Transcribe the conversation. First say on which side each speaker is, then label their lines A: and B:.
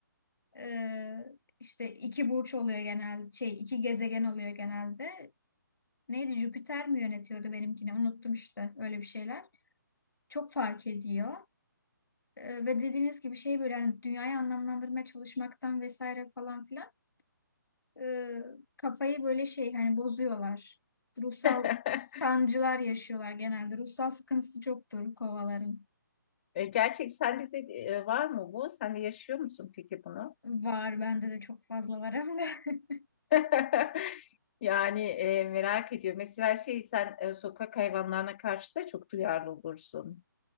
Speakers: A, on the left (about 80°); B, on the left (about 35°).
A: E, işte iki burç oluyor genelde şey iki gezegen oluyor genelde. Neydi Jüpiter mi yönetiyordu benimkini unuttum işte öyle bir şeyler. Çok fark ediyor. E, ve dediğiniz gibi şey böyle hani dünyayı anlamlandırmaya çalışmaktan vesaire falan filan e, kafayı böyle şey hani bozuyorlar. Ruhsal
B: <laughs>
A: sancılar yaşıyorlar genelde. Ruhsal sıkıntısı çoktur kovaların.
B: E, gerçek sende de e, var mı bu? Sen de yaşıyor musun peki bunu?
A: Var bende de çok fazla var hem de. <laughs>
B: <laughs> Yani e, merak ediyorum. Mesela şey sen e, sokak hayvanlarına karşı da çok duyarlı olursun.